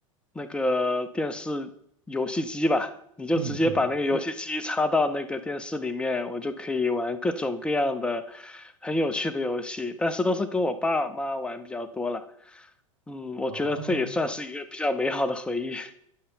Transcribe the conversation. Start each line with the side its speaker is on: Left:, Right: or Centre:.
Centre: 那个电视游戏机吧，你就直接把那个游戏机插到那个电视里面，
Right: 嗯嗯，
Centre: 我就可以玩各种各样的很有趣的游戏，但是都是跟我爸妈玩比较多了。嗯，我觉得这也算是一个比较美好的回忆。
Right: 哦，